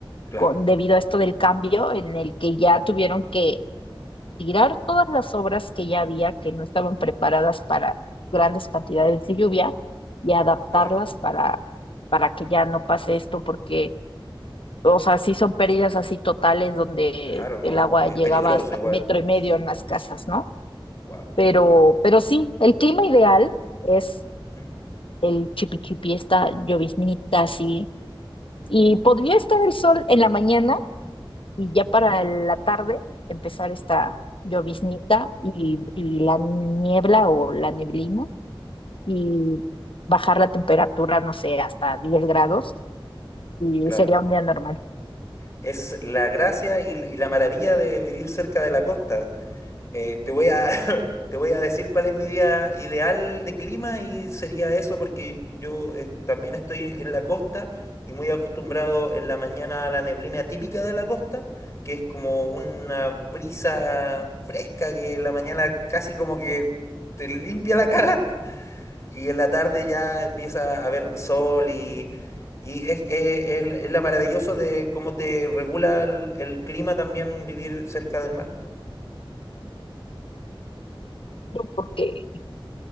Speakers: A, on the left; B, on the left.
A: Claro,
B: con, debido a esto del cambio, en el que ya tuvieron que tirar todas las obras que ya había, que no estaban preparadas para grandes cantidades de lluvia, y adaptarlas
A: claro,
B: para, para que ya no pase esto, porque, o sea, sí son pérdidas así totales donde
A: claro, ¿no?
B: el agua
A: Es
B: llegaba
A: peligroso
B: hasta
A: igual.
B: metro y medio
A: Sí,
B: en las casas,
A: sí.
B: ¿no?
A: Wow.
B: Pero,
A: Wow.
B: pero sí, el clima ideal es
A: Ujú,
B: el chipi chipi, esta lloviznita así. Y podría estar el sol en la mañana y ya para
A: ujú,
B: la tarde empezar esta lloviznita y, y la niebla o la neblina y bajar la temperatura, no sé, hasta 10 grados y
A: Claro.
B: sería un día normal.
A: Es la gracia y, y la maravilla de vivir cerca de la costa. Eh, te voy a, <laughs> te voy a decir cuál es mi día ideal de clima y sería eso porque yo eh, también estoy en la costa y muy acostumbrado en la mañana a la neblina típica de la costa, que es como una brisa fresca que en la mañana casi como que te limpia la cara <laughs> y en la tarde ya empieza a haber sol y, y es, es, es- es la maravilloso de cómo te regula el el clima también vivir cerca del mar.
B: No, Porque,